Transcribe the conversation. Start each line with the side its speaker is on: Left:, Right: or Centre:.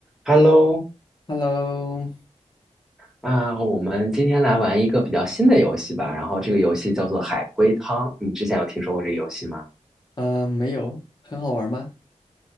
Centre: Hello，
Left: Hello，
Centre: 啊，我们今天来玩一个比较新的游戏吧。然后这个游戏叫做海龟汤，你之前有听说过这个游戏吗？
Left: 呃，没有，很好玩吗？